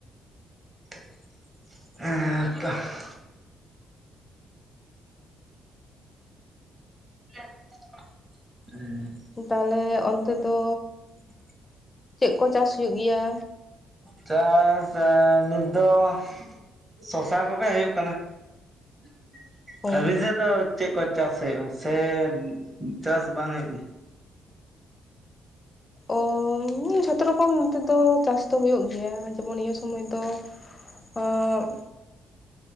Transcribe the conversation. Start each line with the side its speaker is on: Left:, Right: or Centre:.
Right: <inaudible> ᱦᱮᱸ ᱛᱚ ᱾ <inaudible> <unintelligible> ᱦᱮᱸ ᱾
Left: ᱛᱟᱦᱚᱞᱮ ᱚᱱᱛᱮ ᱫᱚ
Right: <inaudible>
Left: ᱪᱮᱫ ᱠᱚ ᱪᱟᱥ ᱦᱩᱭᱩᱜ ᱜᱮᱭᱟ?
Right: ᱪᱟᱥ ᱟ ᱱᱤᱛ ᱫᱚ <inaudible> ᱥᱚᱥᱟ ᱠᱚᱜᱮ ᱦᱩᱭᱩᱜ ᱠᱟᱱᱟ᱾ <inaudible>
Left: ᱚ
Right: ᱟᱹᱵᱤᱱ ᱥᱮᱫ ᱫᱚ ᱪᱮᱫ ᱠᱚ ᱪᱟᱥ ᱦᱩᱭᱩᱜ-ᱟ ᱥᱮ ᱪᱟᱥ ᱵᱟᱝ ᱦᱩᱭᱩᱜ
Left: ᱚ ᱡᱷᱚᱛᱚ ᱨᱚᱠᱚᱢ ᱱᱚᱛᱮ ᱫᱚ ᱪᱟᱥ ᱫᱚ ᱦᱩᱭᱩᱜ ᱜᱮᱭᱟ, ᱡᱮᱢᱚᱱ ᱱᱤᱭᱟᱹ ᱥᱚᱢᱚᱭ ᱫᱚ ᱚᱜᱻ